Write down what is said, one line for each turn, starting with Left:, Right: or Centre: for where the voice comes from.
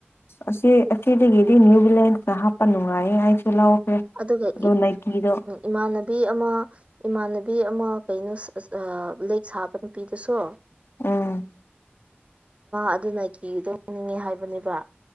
Left: ꯑꯁꯤ ꯑꯁꯤꯗꯒꯤꯗꯤ ꯅ꯭ꯌꯨ ꯕꯤꯂꯦꯟꯁꯅ ꯍꯥꯞꯄ ꯅꯨꯡꯉꯥꯏꯌꯦ ꯍꯥꯏꯁꯨ ꯂꯧꯈ꯭ꯔꯦ
Right: ꯑꯗꯨꯒ
Left: ꯑꯗꯣ ꯅꯥꯏꯀꯤꯗꯣ
Right: ꯏꯃꯥꯟꯅꯕꯤ ꯑꯃ ꯏꯃꯥꯟꯅꯕꯤ ꯑꯃ ꯀꯩꯅꯣ ꯂꯤꯛ ꯁꯥꯕ ꯅꯨꯄꯤꯗꯨꯁꯨ
Left: ꯎꯝ
Right: ꯑꯗꯨꯅ ꯀꯤꯗꯅꯤꯡꯉꯤ ꯍꯥꯏꯕꯅꯦꯕ